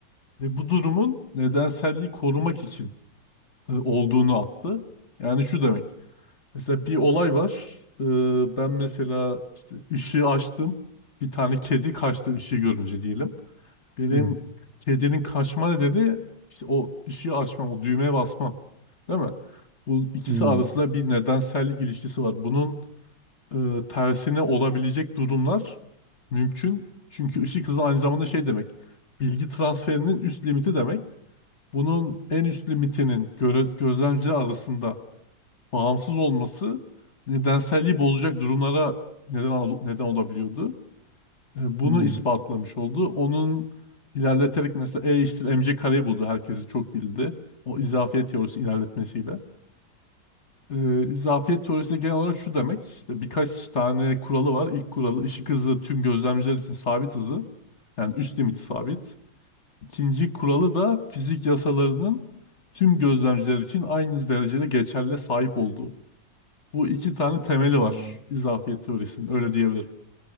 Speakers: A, on the left (about 40°); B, on the right (about 65°).
A: ve bu durumun nedenselliği korumak için e, olduğunu attı. Yani şu demek. Mesela bir olay var. E, ben mesela işte ışığı açtım. Bir tane kedi kaçtı ışığı görünce diyelim. Benim
B: Evet.
A: kedinin kaçma nedeni işte o ışığı açmam, o düğmeye basmam. Değil mi? Bu ikisi
B: Hmm.
A: arasında bir nedensellik ilişkisi var. Bunun e, tersine olabilecek durumlar mümkün. Çünkü ışık hızı aynı zamanda şey demek. Bilgi transferinin üst limiti demek. Bunun en üst limitinin göre, gözlemciler arasında bağımsız olması nedenselliği bozacak durumlara neden al- neden olabiliyordu. E, bunu
B: Hmm.
A: ispatlamış oldu. Onun ilerleterek mesela E eşittir mc kareyi buldu. Herkesi çok bildi. O izafiyet teorisi ilerletmesiyle. E, izafiyet teorisi de genel olarak şu demek. İşte birkaç tane kuralı var. İlk kuralı ışık hızı tüm gözlemciler için sabit hızı. Yani üst limiti sabit. İkinci kuralı da fizik yasalarının tüm gözlemciler için aynı derecede geçerli sahip olduğu. Bu iki tane temeli
B: Hmm.
A: var izafiyet teorisinin. Öyle diyebilirim.